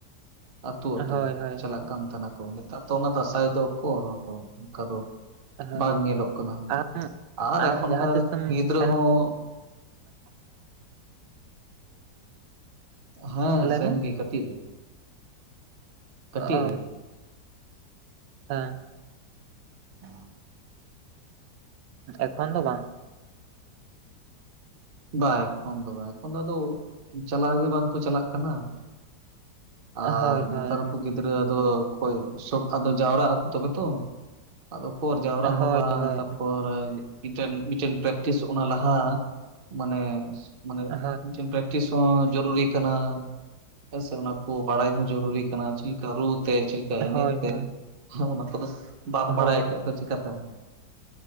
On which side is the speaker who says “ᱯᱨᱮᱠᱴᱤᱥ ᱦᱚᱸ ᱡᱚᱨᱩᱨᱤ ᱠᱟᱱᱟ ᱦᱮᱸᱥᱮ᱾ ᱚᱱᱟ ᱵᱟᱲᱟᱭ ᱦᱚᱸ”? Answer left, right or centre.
Right